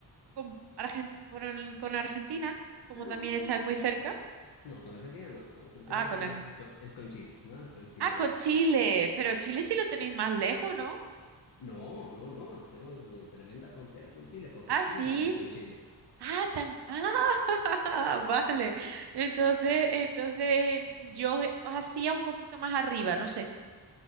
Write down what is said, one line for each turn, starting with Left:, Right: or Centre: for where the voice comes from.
Right: con, Argen- con, con Argentina? Como
Left: No,
Right: también
Left: con
Right: estáis
Left: Argentina,
Right: muy cerca.
Left: no, con Argentina no. Con, con- tenemos
Right: Ah, con
Left: problemas
Right: Argentina.
Left: es con, es con Chile, ¿no? Con Chile
Right: Ah, con
Left: es...
Right: Chile,
Left: fuerte.
Right: pero Chile sí lo tenéis más lejos, ¿no?
Left: No, no, no. Tenemos no, tremenda frontera con Chile. Potosí
Right: Ah, sí.
Left: limita con Chile.
Right: Ah, tam- ah, <laughs> vale. Entonces, entonces yo hacía un poquito más arriba, no sé.